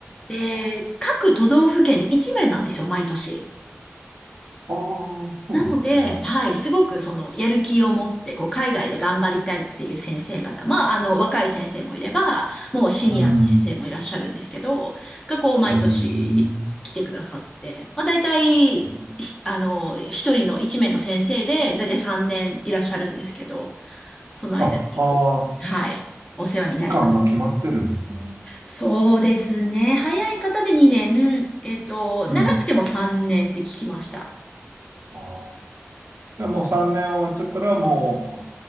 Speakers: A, on the left; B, on the right.
A: で、各都道府県で一名なんですよ、毎年。
B: ああ、そうなんですね。
A: なので、はい、すごくそのやる気を持って、こう、海外で頑張りたいっていう先生方、まあ、あの、若い先生もいれば、もうシニアの先生もいらっしゃるんですけど、
B: うん。
A: がこう、毎年来てくださって、
B: うん。
A: まあ、大体、
B: うん
A: ひあの、一人の一名の先生で、大体3年いらっしゃるんですけど、その間にこう、
B: あ、ああ、
A: はい、お世話になるから。
B: 期間が決まってるんですね。
A: そうですね。早い方で2年、えっと、
B: うん。
A: 長くても3年って聞きました。
B: ああ。でもう3年終わっちゃったら、も